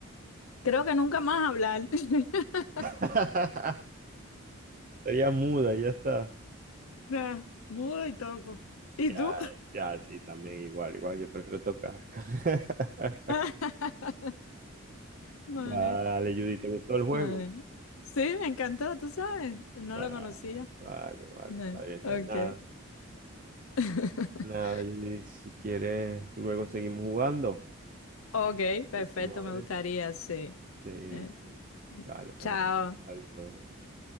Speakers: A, on the left; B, on the right.
A: Creo que nunca más hablar. <laughs>
B: <laughs> Sería muda, ya está.
A: Nah, muda y toco. ¿Y
B: Ya,
A: tú?
B: ya, sí, también igual, igual. Yo prefiero tocar. <laughs>
A: <laughs> Vale.
B: Vale, Judy, ¿te gustó el juego?
A: Ay, Sí, me encantó, tú sabes. No
B: Ah,
A: lo conocía.
B: vale, vale,
A: No,
B: está bien, está
A: ok.
B: bien. Nada,
A: <laughs>
B: nada, Judy, si quieres, luego seguimos jugando.
A: Ok, perfecto,
B: Próxima
A: me
B: vez.
A: gustaría, sí.
B: Sí,
A: Eh,
B: sí. vale, pues
A: chao.
B: nada. Adiós.